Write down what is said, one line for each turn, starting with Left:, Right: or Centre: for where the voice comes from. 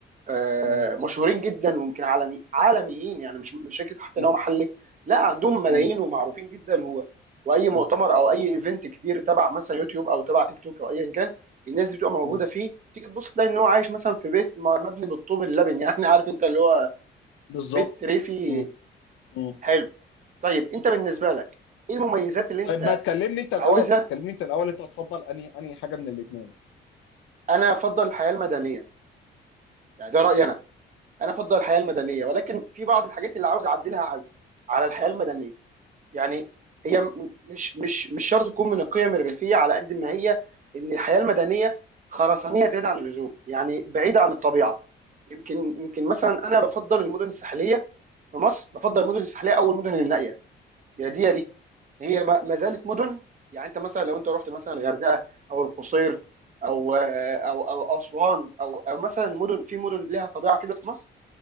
Right: آه،
Left: مم.
Right: مشهورين جدا ويمكن عالمي عالميين يعني مش مش فكره حتى
Left: مم.
Right: ان هو محلي لا عندهم ملايين
Left: مم.
Right: ومعروفين جدا و... واي مؤتمر
Left: مم.
Right: او اي ايفنت كبير تبع مثلا يوتيوب او تبع تيك توك او ايا كان الناس دي بتبقى موجوده
Left: مم.
Right: فيه تيجي تبص تلاقي ان هو عايش مثلا في بيت م- مبني بالطوب اللبن <laughs> يعني عارف انت اللي هو
Left: بالظبط
Right: بيت ريفي
Left: مم. مم.
Right: حلو طيب انت بالنسبه لك ايه المميزات اللي
Left: طيب
Right: انت
Left: ما تكلمني انت
Right: عاوزها
Left: الاول كلمني انت الاول انت هتفضل انهي انهي حاجه من الاثنين
Right: انا افضل الحياه المدنيه يعني ده رايي انا انا افضل الحياه المدنيه ولكن في بعض الحاجات اللي عاوز اعدلها على على الحياه المدنيه يعني هي م- مش مش مش شرط تكون من القيم الريفيه على قد ما هي ان الحياه المدنيه خرسانيه زياده عن اللزوم يعني بعيده عن الطبيعه يمكن يمكن مثلا انا بفضل المدن الساحليه في مصر بفضل المدن الساحليه او المدن النائيه يا دي يا دي هي ما ما زالت مدن يعني انت مثلا لو انت رحت مثلا الغردقه او القصير او او او اسوان او او مثلا مدن في مدن لها طبيعه كده في مصر